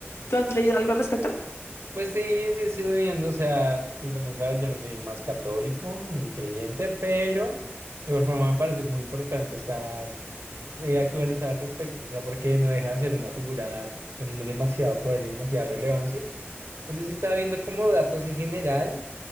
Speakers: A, on the left; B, on the right.
A: ¿Tú has leído algo al respecto?
B: Pues sí, sí estoy viendo. o sea, tú también sabes, yo no soy el más católico ni creyente, pero de igual forma me parece como importante estar eh, actualizado al respecto, o sea, porque no deja de ser una figura con demasiado poder y demasiada relevancia. Entonces sí estaba viendo como datos en general